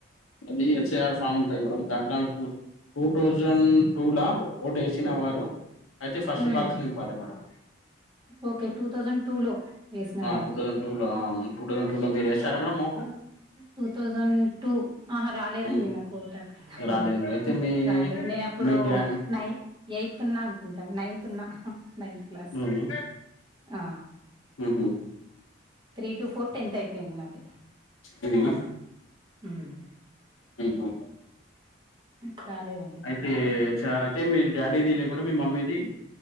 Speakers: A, on the left; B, on the right.
A: అది ఎస్ఐఆర్ ఫామ్ ఉంటది మేడం దాంట్లో టూ టూ థౌజండ్ టూ లా ఓటు యేసిన వారు అయితే ఫస్ట్
B: ఉమ్,
A: బాక్స్ నింపాలే madam
B: okay two thousand two లో వేసిన
A: ఆ
B: వాళ్ళు
A: టూ థౌసండ్ టూ లో ఆ టూ థౌసండ్ టూ లో మీరు వేశారా madam vote
B: two thousand two ఆహ రాలేదండి
A: ఉమ్,
B: నాకు ఓట్ హకప్పుడు
A: రాలేదు అయితే
B: హ్
A: మీ
B: రాలే నేను అప్పుడు
A: మీ డా
B: నై ఎయిత్ ఉన్నా అనుకుంటా నైన్త్ ఉన్నా నైన్త్ క్లాస్
A: ఉమ్,
B: ఆ
A: ఉహు,
B: త్రీ టు ఫోర్ టెన్త్ అయిపొయింది నాది
A: అవున
B: ఊమ్
A: ఉహు
B: కాలేదం
A: అయితే చ అయితే మీ డాడీది లేకుంటే మీ మమ్మీది